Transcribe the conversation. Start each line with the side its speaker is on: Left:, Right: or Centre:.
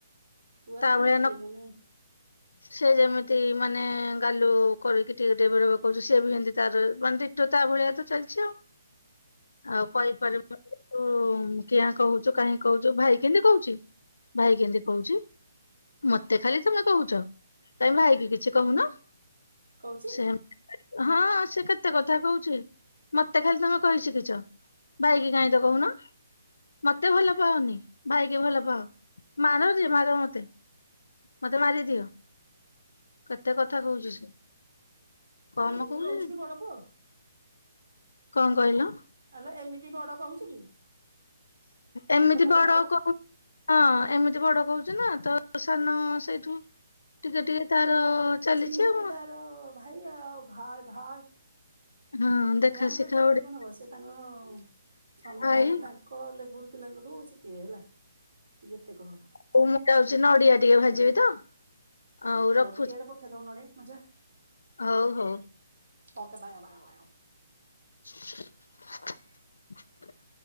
Right: ଛୁଆ
Left: ତା
Right: ଦେଖୁନୁ
Left: ଭଳିଆ
Right: କି
Left: ନ
Right: ମାନେ
Left: ସେ ଯେମିତି ମାନେ ଗାଲୁ କରିକି ଟିକେ ବେଳେ ବେଳେ କରୁଚି ସେ ବି ଏମିତି ତାର ମାନେ ଡିଟୋ ତା ଭଳିଆ ତ ଚାଲିଛି ଆଉଁ। ଆଉ କହିପାରିବୁ
Right: <inaudible>
Left: ହଁ, କିଆଁ କହୁଚୁ, କାହିଁ କହୁଚୁ, ଭାଇ କେମିତି କହୁଚି, ଭାଇ କେମିତି କହୁଚି? ମତେ ଖାଲି ତମେ କହୁଚ, କାଇଁ ଭାଇକି କିଛି କହୁନ,
Right: କହୁଛି
Left: ସେ ହଁ, ସେ କେତେ କଥା କହୁଚି, ମତେ ଖାଲି ତମେ କହି ଶିଖିଚ। ଭାଇ କିି କାଇଁ ତ କହୁନ? ମତେ ଭଲ ପାଅନି, ଭାଇକି ଭଲ ପାଅ, ମାର ଯେ ମାର ମତେ। ମତେ ମାରିଦିଅ, କେତେ କଥା କହୁଚି ସେ। କମ୍
Right: ଏମିତି
Left: କୁହେ,
Right: କହୁଛି କି ବଡ ପୁଅ
Left: କଣ କହିଲ?
Right: ଆଲୋ ଏମିତି ବଡ କହୁଚି କି?
Left: ଏମିତି
Right: ମତେ ଖାଲି
Left: ବଡ
Right: ମାର
Left: କହୁ ହଁ ଏମିତି ବଡ କହୁଚି ନା, ତ ସାନ ସେଇଠୁ ଟିକେ ଟିକେ ତାର ଚାଲିଛି
Right: ନିହାତି
Left: ଆଉ
Right: ତାର ଭାଇ ଆଉ, ଭାଇ ଭାଇ
Left: ହଁ
Right: ଛୁଆଙ୍କୁ
Left: ଦେଖା ଶିଖା
Right: ଯେତେ କହିଲେ
Left: ଗୋଟେ
Right: କଣ ହବ? ସେ ତାଙ୍କ,
Left: ଭାଇ
Right: ମାନେ ତାଙ୍କ ଲେବୁଲ୍ ପିଲାଙ୍କଠୁ ଶିଖିବେ ହେଲା। ଯେତେ କହ
Left: ହଉ ମୁଁ ଯାଉଚି ନଡିଆ ଟିକେ ଭାଜିବି ତ ଆଉ
Right: ହଉ
Left: ରଖୁଚି,
Right: ଟିକେ ଏଇଟା ପଠେଇଦବ ନଡିଆ ମଜା
Left: ହଉ ହଉ
Right: ଓକେ ବାୟ ବାୟ ବାୟ।
Left: <unintelligible>